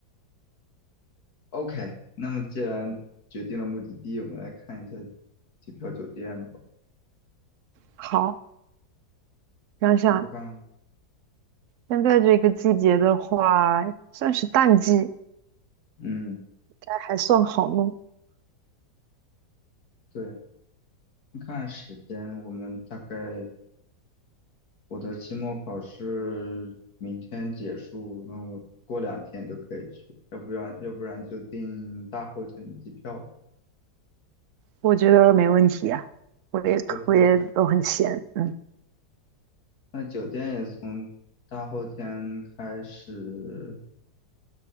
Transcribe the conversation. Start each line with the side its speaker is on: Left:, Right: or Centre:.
Left: OK，那么既然决定了目的地，我们来看一下机票、酒店吧。
Right: 好，想想
Left: 我看，
Right: 现在这个季节的话，算是淡季，应
Left: 嗯，
Right: 该还算好弄，
Left: 对，看时间，我们大概我的期末考试明天结束，那我过两天就可以去，要不然要不然就订大后天的机票。
Right: 我觉得没问题啊。我也我也都很闲，
Left: OK。
Right: 嗯。
Left: 那酒店也从大后天开始，